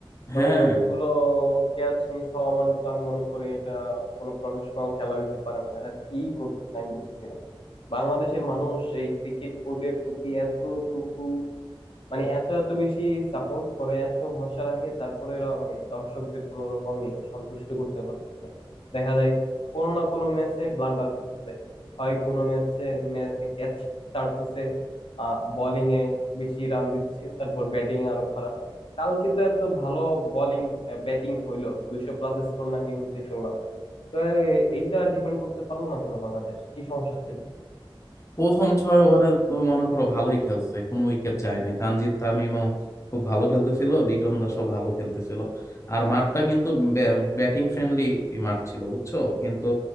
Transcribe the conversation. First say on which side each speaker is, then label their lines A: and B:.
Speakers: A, on the left; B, on the left.
A: হ্যাঁ
B: তো এতগুলো ক্যাচ মিস হওয়া মানে তো আমি মনে করি এটা কোনো প্রফেশনাল খেলা হইতে পারে না এরা কি করতেছে আমি বুঝতেছি না বাংলাদেশের মানুষ এই ক্রিকেট বোর্ডের প্রতি এতটুকু মানে এত এত বেশি সাপোর্ট করে এত ভরসা রাখে তারপরে এরা মানে দর্শকদের কোনো রকমই সন্তুষ্ট করতে পারতেছে না দেখা যায় কোনো না কোনো ম্যাচে ব্লান্ডার করতেছে হয় কোনো ম্যাচে ক্যাচ ছাড়তেছে আহ বোলিং এ বেশি রান দিচ্ছে তারপর ব্যাটিং আরো খারাপ কালকে তো এত ভালো বোলিং ব্যাটিং হইলো দুইশো প্লাস স্কোর নাকি হয়েছে শুনলাম তো এ- এইটা ডিফেন্ড করতে পারলো না কেন বাংলাদেশ কি সমস্যা ছিল
A: প্রথম ছয় ওভারে তো মনে করো ভালোই খেলছে কোনো উইকেট যায় নাই তানজিদ তামিমও খুব ভালো খেলতেছিল লিটন দাসও ভালো খেলতেছিল আর মাঠটা কিন্তু ব্যাটিং ফ্রেন্ডলি মাঠ ছিল বুঝছো কিন্তু